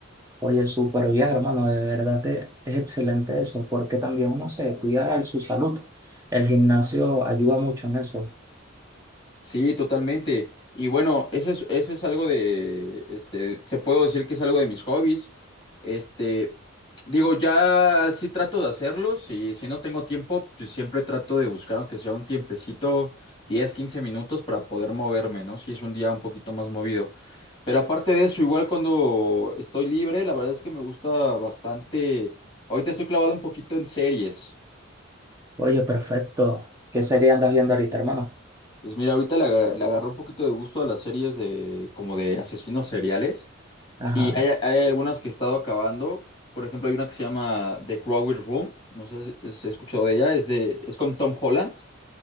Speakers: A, on the right; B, on the left.
A: Oye, súper bien, hermano, de verdad que es excelente eso, porque también uno se cuida de su salud. El gimnasio ayuda mucho en eso.
B: Sí, totalmente. Y bueno, ese es, ese es algo de, este, se puedo decir que es algo de mis hobbies. Este, digo, ya sí trato de hacerlos y si no tengo tiempo, pues siempre trato de buscar, aunque sea un tiempecito, 10, 15 minutos para poder moverme, ¿no? Si es un día un poquito más movido. Pero aparte de eso, igual cuando estoy libre, la verdad es que me gusta bastante. Ahorita estoy clavado un poquito en series.
A: Oye, perfecto. ¿Qué sería andas viendo ahorita, hermano?
B: Pues mira, ahorita le, aga- le agarró un poquito de gusto a las series de como de asesinos seriales.
A: Ajá,
B: Y hay, hay algunas que he estado acabando. Por ejemplo, hay una que se llama The Crowded Room. No sé si si has escuchado de ella. Es de, es con Tom Holland.